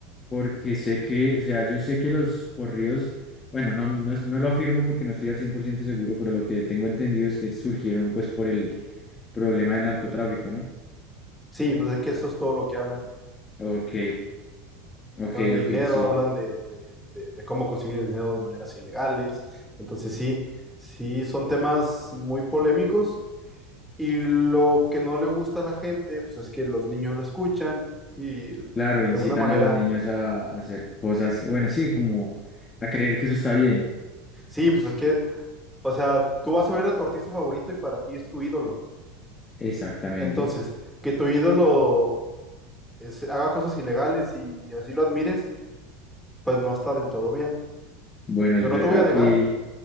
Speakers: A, on the left; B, in the centre.
A: porque sé que, o sea, yo sé que los corridos, bueno, no, no, es- no lo afirmo porque no estoy al 100% seguro, pero lo que tengo entendido es que surgieron pues por el problema del narcotráfico, ¿no?
B: Sí, pues es que eso es todo lo que hablan.
A: Ok, ok,
B: Hablan de
A: ok,
B: dinero,
A: sí.
B: hablan de, de- de- de cómo consiguen el dinero de maneras ilegales. Entonces sí, sí, son temas muy polémicos Y lo que no le gusta a la gente, pues es que los niños lo escuchan y de
A: Claro, incitan
B: alguna manera,
A: a los niños a, a hacer cosas, bueno, sí, como a creer que eso está bien.
B: sí, pues es que, o sea, tú vas a ver a tu artista favorito y para ti es tu ídolo.
A: Exactamente.
B: Entonces, que tu ídolo es- haga cosas ilegales y así lo admires, pues no está del todo bien.
A: Bueno, es
B: Yo
A: verdad.
B: no te voy a negar,
A: Y,